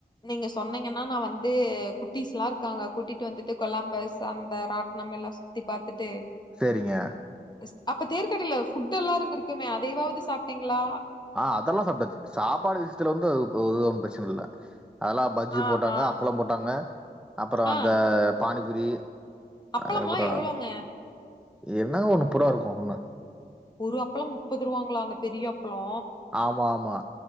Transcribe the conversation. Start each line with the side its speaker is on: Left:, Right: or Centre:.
Left: நீங்க சொன்னீங்கன்னா நா வந்து குட்டீஸ்ல்லா இருக்காங்க கூட்டிட்டு வந்துட்டு கொல்லம்பஸ் சந்த ராட்னம் எல்லா சுத்தி பாத்துட்டு
Centre: செரிங்க
Left: ஸ் அப்ப தேருகடைல ஃபுட்டுல்லா இருந்துருக்குமே அதயாவது சாப்பிட்டீங்ளா
Centre: ஆ அதெல்லா சாப்டாச்சு சாப்பாடு விஷயத்துல வந்து ஒத ஒன்றும் பிரச்சன இல்ல அதெல்லாம் பஜ்ஜி
Left: ஆ
Centre: போட்டாங்க
Left: ஆ
Centre: அப்பளம் போட்டாங்க அப்பறோ
Left: ஆ
Centre: அந்த பானிபுரி
Left: அப்பளம்லா
Centre: அதுப்பறோ
Left: எவ்ளோங்க
Centre: என்ன ஒண்ணு நுப்பருவா இருக்கூ ஒண்ணு
Left: ஒரு அப்பளம் முப்பது ரூவாங்ளா அந்த பெரிய அப்ளோ
Centre: ஆமா ஆமா